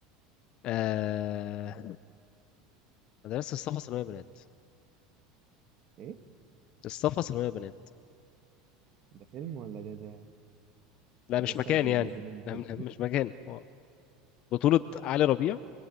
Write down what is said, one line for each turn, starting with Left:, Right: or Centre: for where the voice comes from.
Left: آه... مدرسة الصفا ثانوية بنات
Right: ايه
Left: الصفا ثانوية بنات
Right: ده فيلم ولا ده ده
Left: لا
Right: ولا
Left: مش
Right: ده السايت
Left: مكان
Right: اللي
Left: يعني
Right: هنزل منه فيلم
Left: لا م- مش مكان هو بطولة علي ربيع